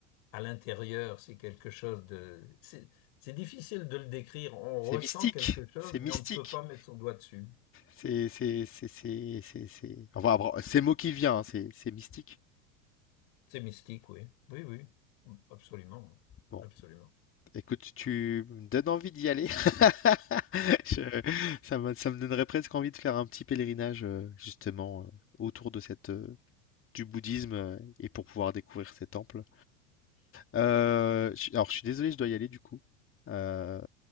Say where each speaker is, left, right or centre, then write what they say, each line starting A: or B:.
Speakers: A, on the left (about 55°); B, on the left (about 30°).
A: à l'intérieur, c'est quelque chose de... C'est c'est difficile de le décrire. On
B: C'est
A: ressent
B: mystique.
A: quelque chose,
B: C'est
A: mais
B: mystique.
A: on ne peut pas mettre son doigt dessus.
B: C'est, c'est, c'est, c'est, c'est, c'est. Enfin, bra- c'est le mot qui vient, hein, c'est, c'est mystique.
A: C'est mystique, oui. Oui, oui. Absolument.
B: Bon.
A: Absolument.
B: Écoute, tu me donnes envie d'y aller. <laughs> Je- ça me, ça me donnerait presque envie de faire un petit pèlerinage euh, justement euh, autour de cette euh, du bouddhisme euh, et pour pouvoir découvrir ces temples. Euh, je- alors je suis désolé, je dois y aller du coup. Euh,